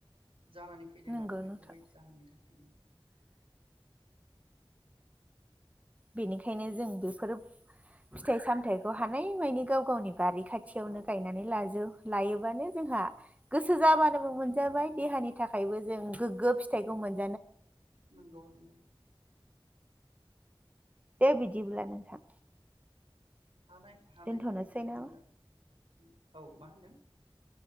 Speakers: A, on the right; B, on the right.
A: जानानै फैदों
B: नंगौ
A: आरो बेफोरबायदि
B: नोंथां
A: जाहोननि थाखायनो
B: बेनिखायनो जों बेफोरो फिथाइ सामथायाइखौ हानायमानि गाव गावनि बारि खाथियावनो
A: औ
B: गायनानै लाजोब लायोबानो जोंहा गोसो जाबानोबो मोनजाबाय देहानि थाखायबो जों गोग गो फिथखौ मोन
A: नंगौ नंगौ
B: दे बिदिब्ला नोंथां
A: हानाय हानाय
B: दोनथ'नोसै
A: मानिखौ
B: नामा
A: जोङो उम औ मा होनदों